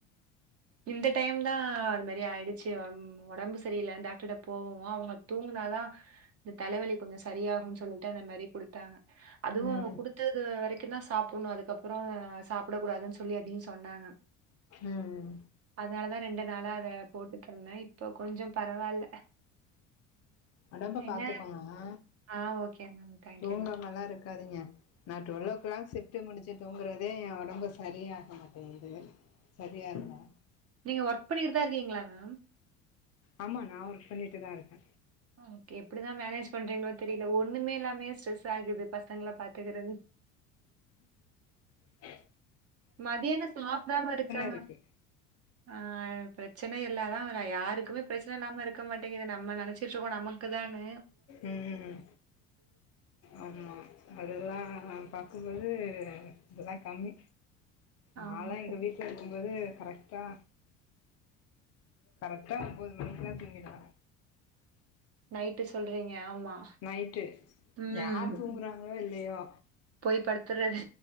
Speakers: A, on the right; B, on the left.
A: இந்த டைம்தா அது மாதிரி ஆயிடுச்சு உடம்பு சரியில்ல டாக்டர் போ போவோம் அவுங்க தூங்கினாதா இந்த தலைவலி கொஞ்சம் சரியாகும்ன்னு சொல்லிட்டு அந்த மாதிரி குடுத்தாங்க அதுவும்
B: ம்
A: அவுங்க குடுத்தது வரைக்கும் தான் சாப்ப டணும் அதுக்கப்புறம் சாப்பிடக் கூடாதுன்னு சொல்லி அதையும் சொன்னாங்க
B: ம்
A: அதனாலதா ரெண்டு நாளா அத போட்டுட்டு இருந்தேன் இப்போ கொஞ்சம் பரவாயில்ல
B: உடம்ப
A: என்ன
B: பாத்துக்கோமா
A: ஆ ஓகே மேம் தேங்க்யூ
B: தூங்காமல்லா
A: மேம்
B: இருக்காதீங்க நா டுவெல்லோக்ளாக் சி சிஃப்ட்டு முடிச்சு தூங்குறதே என் உடம்பு சரியாக மாட்டேன்குது இது சரியா இருக்கா
A: நீங்க ஒர்க் பண்ணியிட்டுதா இருக்கீங்ளா மேம்
B: ஆமா நா ஒர்க் பண்ணிட்டுதா இருக்க
A: ஆ ஓகே எப்படிதா மேனேஜ் பண்றீங்ளோ தெரியில ஒண்ணுமே எல்லாமே ஸ்ட்ரெஸ்ஸாகுது பஸ் சங்கள பாத்துக்குறது
B: ஹ
A: மதியாணொ சாப்டாம இருக்காங்க
B: இருக்கு
A: ஆ ப்ரச்சன எல்லாதா ஆ யாருக்குமே ப்ரச்சன இல்லாம இருக்க மாட் டிங்கிது நம்ம நெனச்சிட்ருக்கோ நமக்கு தானு
B: ம் ஆமா அதுல்லா பாக்கம்போது இதுதா கம்மி
A: ஆமா.
B: நால்லா எங்க வீட்ல இருக்கம் போது கரெக்ட்டா கரெக்ட்டா ஒம்போது மணிக்குல்லா தூங்கிடுவ
A: நைட்டு சொல்றீங்க ஆமா.
B: நைட்டு
A: ம்.
B: யார் தூங்குறாங்களோ இல்லையோ
A: போய் படுத்துறது.